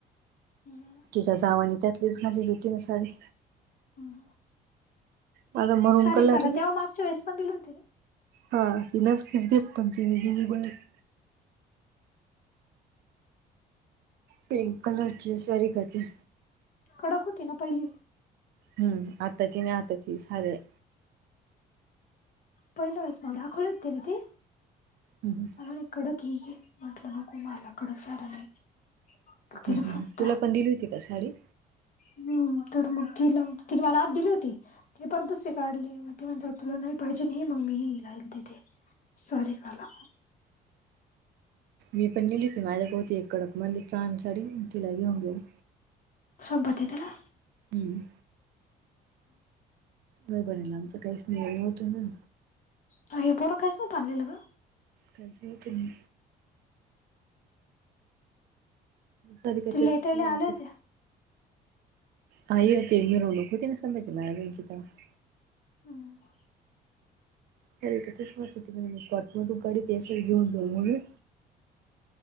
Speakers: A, on the left; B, on the right.
A: हम्.
B: तिच्या जावाने त्यातलीच घालेली होती ना साडी.
A: हम.
B: माझा मरून
A: सारीकाला
B: कलर
A: तेव्हा मागच्या वेळेस पण दिली होती ना?
B: हां तीनचं तिस घेत <unintelligible> पिंक कलरची सारीकाची.
A: कडक होती ना पहिली.
B: हम्म. आताची नाही आताची साधी हाय.
A: पहिल्या वेळेस मला दाखवली होती ना ती.
B: हम हं.
A: अरे कडक हे गे. म्हंटलं नको मला कडक साड्या <unintelligible>
B: ह ह
A: फुगता
B: तुला पण दिली होती का साडी?
A: हम्म. तर मग तिला तिने मला आत दिली होती. मी परत दुसरी काढली मग ते म्हणज तुला नाही पाहिजे हे मग मी ही <unintelligible> सारिकाला.
B: मी पण नेली त माझ्याक होती एक कडक मली छान साडी तिला घेऊन गेली.
A: संपत्ती दिला.
B: हम्म. गरबनीयला आमचं काहीस <unintelligible> होतं ना
A: ताई हे पोर कायसं <unintelligible> गं.
B: त्याच तेनी तरि तिथे
A: ते लेटायला
B: <unintelligible>
A: आले होते
B: हा इ यर ते मिरवणुक होती ना समज <unintelligible>
A: मी
B: सर त तेच माह होती म्ह मी कॉट मधू गाडी ब्या घेऊन जाऊ म्हणून.